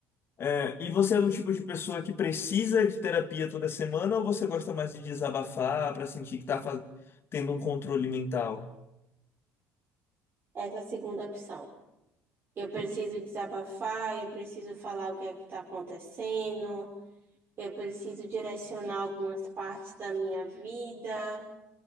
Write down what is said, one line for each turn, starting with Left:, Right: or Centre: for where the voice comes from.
Left: É, e você é do tipo de pessoa que precisa de terapia toda semana ou você gosta mais de desabafar para sentir que tá fa- tendo um controle mental?
Right: Essa é segunda opção. Eu preciso desabafar, eu preciso falar o que é que está acontecendo, eu preciso direcionar algumas partes da minha vida.